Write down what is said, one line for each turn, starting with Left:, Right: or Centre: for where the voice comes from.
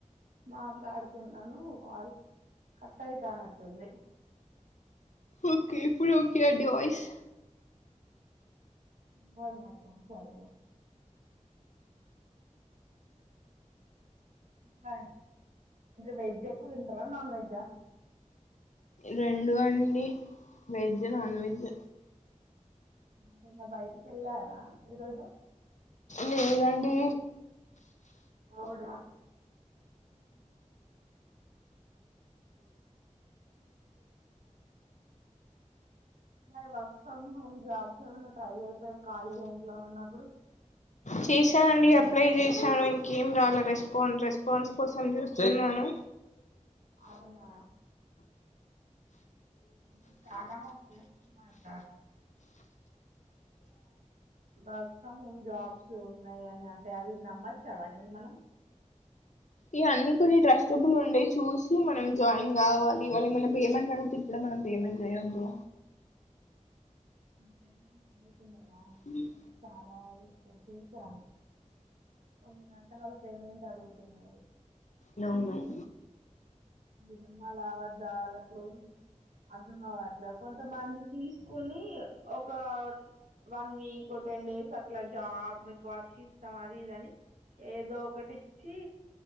Right: మాట్లాడుతున్నాను వాయిస్ కట్ ఐత నట్టుంది
Left: ఓకే ఇప్పుడు ఓకే అండి వయిస్
Right: వాన ఆతాంది సడిగా మా వెజ్ ఎక్కువ తింటారా నాన్ వెజా
Left: రెండు అండి వెజ్ నాన్ వెజ్
Right: అంటే నా బయటికి ఏలారా ఈ రోజు
Left: లేదండి
Right: అవుడా మరి వర్క్ ఫ్రమ్ హోమ్ జాబ్స్ ఏమన్నా ట్రై చేయ పోయారు ఖాళీగా ఇంట్లో ఉన్నప్పుడు
Left: చేశానండి అప్లై చేశాను ఇంకేం రాలే రెస్పా రెస్పాన్స్ కోసం చూస్తున్నాను
Right: అవునా ఇప్పుడు చాలా మంది చేస్తున్నారు వర్క్ ఫ్రమ్ హోమ్ జాబ్స్ ఉన్నాయి అని అంటే అవి నమ్మచ్చా వాటి మనం
Left: ఈ అన్ని కొన్ని ట్రస్టబులు ఉండేయి చూసి మనం జాయిన్ కావాలి వాళ్లు ఏమైనా పేమెంట్ అడిగితే ఇప్పుడే మనం పేమెంట్ చేయొద్దు
Right: పేమెంట్ అడుగుతున్నారా
Left: ఉమ్
Right: అలా చూసాను కొన్ని గంట వాళ్ళు పేమెంట్ అడుగుతున్నారు
Left: నవునాయ్
Right: మీదమ్మా వద్ద్ వాళ్ళకు అర్ధం కావట్లే కొంతమంది తీసుకుని ఒక వన్ వీక్ టెన్ డేస్ <unintelligible> ఇట్లా జాబ్ మీకు వర్క్ ఇస్తాం అది ఇద అని ఏదో ఒకటి ఇచ్చి